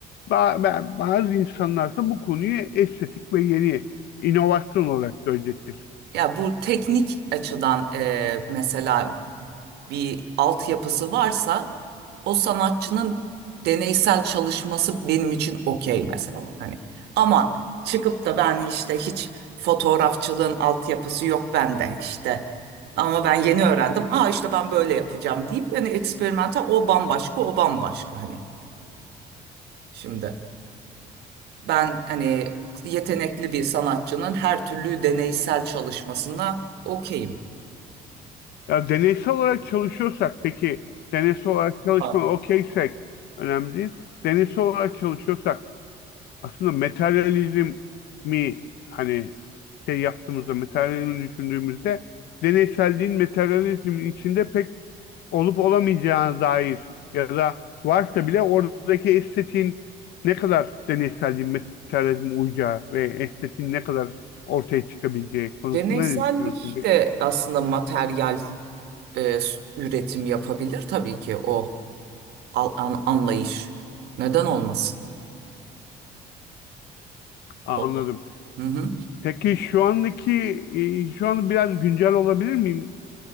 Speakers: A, on the left; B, on the right.
A: ba- ba- bazı insanlar da bu konuyu estetik ve yeni inovasyon olarak görecektir.
B: Ya bu teknik açıdan e, mesela bir altyapısı varsa o sanatçının deneysel çalışması benim için okey mesela. Hani ama çıkıp da ben işte hiç fotoğrafçılığın altyapısı yok bende işte. Ama ben yeni öğrendim. Aa işte ben böyle yapacağım deyip hani eksperimental o bambaşka o bambaşka hani şimdi. Ben hani yetenekli bir sanatçının her türlü deneysel çalışmasına okeyim.
A: Ya deneysel olarak çalışıyorsak peki deneysel olarak çalışma
B: Tamam.
A: okeysek önemli değil. Deneysel olarak çalışıyorsak aslında materyalizm mi hani şey yaptığımızda materyalizmi düşündüğümüzde deneyselliğin materyalizmin içinde pek olup olamayacağına dair ya da varsa bile oradaki estetiğin ne kadar deneyselliğin materyalizme uyacağı ve estetiğin ne kadar ortaya çıkabileceği konusunda
B: Deneysellik
A: ne düşünüyorsun peki?
B: de aslında materyal e, s- üretim yapabilir tabii ki o al- an- anlayış. Neden olmasın?
A: Anladım.
B: O- Hı hı.
A: Peki şu andaki, e, şu an biraz güncel olabilir miyim